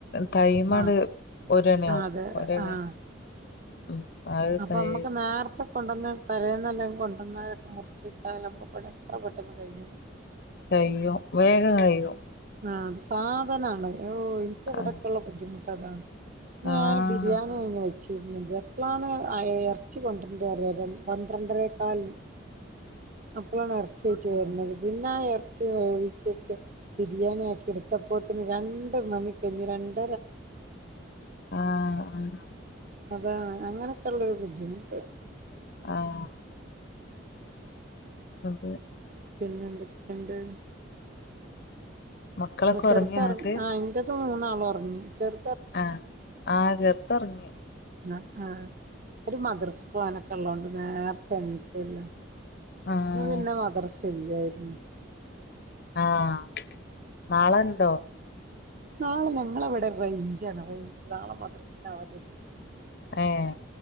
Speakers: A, on the left; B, on the right.
A: ടൈ
B: ആഹ്
A: ഒരണ്യാവും
B: അതെ
A: ഒരണ
B: ആഹ്
A: ഉം അത്
B: അപ്പൊ
A: കൈ
B: നമ്മുക്ക് നേരത്തെ കൊണ്ടുവന്ന് തലേന്നല്ലെങ്കും കൊണ്ടുവന്നരൊക്കെ മുറിച്ചച്ചാല്മ് പണി എത്ര പെട്ടെന്ന് കഴിഞ്ഞ
A: കയും വേഗം കഴിയും
B: ആഹ് അത് സാധനാണ് ഇനിക്ക് ഇവിടക്കുള്ള
A: ആഹ്
B: ബുദ്ധിമുട്ട് അതാണ് ഞാൻ
A: ആഹ്
B: ബിരിയാണി കഴിഞ് വെച്ചു എപ്പോഴാണ് ഇറച്ച കൊണ്ടിണ്ട് വ പന്ത്രണ്ടരക്കാലിന്
A: ഉ
B: അപ്പോളാണ് ഇറച്ചിയിയിട്ട് വരുന്നത് പിന്നെ ആ ഇറച്ചി വേവിച്ച് ബിരിയാണി ആക്കി എടുത്ത പോത്തിന് രണ്ട് മണി കഴഞ്ഞഞ് രണ്ട്
A: ആഹ് ആഹ്
B: അതാണ് അങ്ങനൊക്കെ ഉള്ളൊരു ബുദ്ധിമുട്ട്
A: ആഹ് ആഹ്
B: പിന്നെ എന്തൊക്കെയുണ്ട്?
A: മക്കളൊക്കെ
B: ചെറുത്
A: ഒറങ്ങിയോ
B: ആ
A: ന്നട്ട്
B: അതിന്റേത് മൂന്നാളും ഉറങ്ങി ചെറ
A: ആഹ് ആഹ് ചെറത് ഉറങ്ങി
B: ആ ഒരു മദ്രസക്കാനൊക്കെ ഉള്ളതോണ്ട് നേർതെണീക്കല്ലോ
A: ആഹ്
B: ന പിന്നെ മദ്രസ ഇല്ലായിരുന്നു
A: ആഹ് നാളെ എന്തോ
B: നാളെ ഞങ്ങളെവിടെ റേഞ്ചാണ് റേഞ്ച് നാളെ മദ്രസിനവതിണ്ട്
A: ആഹ്